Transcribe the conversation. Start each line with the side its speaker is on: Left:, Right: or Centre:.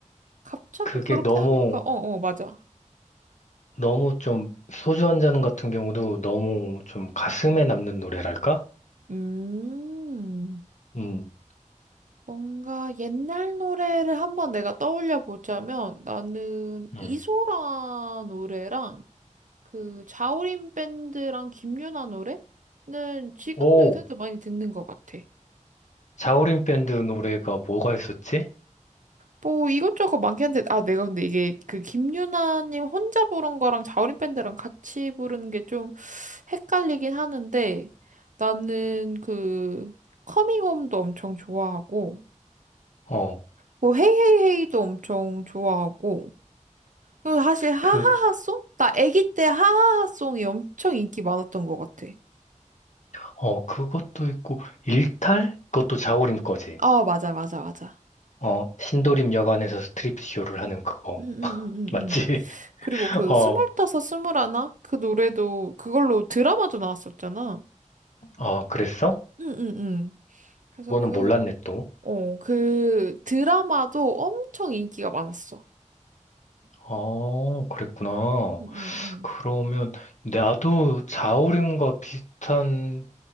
Right: 갑자기
Left: 그게
Right: 그렇게
Left: 너무,
Right: 하니까, 어, 어, 맞아.
Left: 너무 좀, 소주 한 잔 같은 경우도 너무 좀 가슴에 남는 노래랄까?
Right: 음.
Left: 음,
Right: 뭔가 옛날 노래를 한번 내가 떠올려 보자면 나는
Left: 음.
Right: 이소라 노래랑 그 자우림 밴드랑 김유나 노래는 지금도
Left: 오,
Right: 요새도 많이 듣는 것 같아.
Left: 자우림 밴드 노래가 뭐가 있었지?
Right: 뭐 이것저것 많긴 한데 아 내가 근데 이게 그 김유나님 혼자 부른 거랑 자우림 밴드랑 같이 부르는 게 좀 헷갈리긴 하는데 나는 그 커밍홈도 엄청 좋아하고
Left: 어,
Right: 뭐 헤이헤이헤이도 엄청 좋아하고 그 사실 하하하송?
Left: 그,
Right: 나 아기 때 하하하송이 엄청 인기 많았던 것 같아.
Left: 어, 그것도 있고, 일탈? 그것도 자우림 거지.
Right: 어, 맞아, 맞아, 맞아.
Left: 어, 신도림 여관에서 스트립쇼를 하는 그거.
Right: 음, 음, 음, 음,
Left: 맞지?
Right: 음. 그리고
Left: <laughs>
Right: 그
Left: 어,
Right: 스물다섯, 스물하나? 그 노래도 그걸로 드라마도 나왔었잖아.
Left: 어, 그랬어?
Right: 응, 응, 응. 그래서
Left: 그거는
Right: 그,
Left: 몰랐네, 또.
Right: 어, 그 드라마도 엄청 인기가 많았어.
Left: 어, 그랬구나.
Right: 응, 응, 응.
Left: 그러면, 나도 자우림과 비슷한,